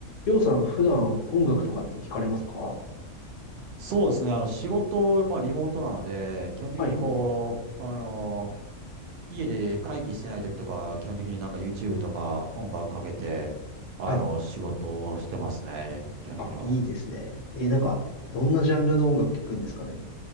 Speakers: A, on the left (about 70°); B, on the right (about 70°).
A: りょうさん、普段音楽とかって聞かれますか
B: そうですね。あの、仕事、まあ、リモートなので、基本的にこう、
A: はいはい。
B: あの、家で会議してない時とか、基本的になんか YouTube とか音楽かけて、あの、
A: はい。
B: 仕事をしてますね。基本的には。
A: あ、いいですね。えーなんか、どんなジャンルの音楽聞くんですかね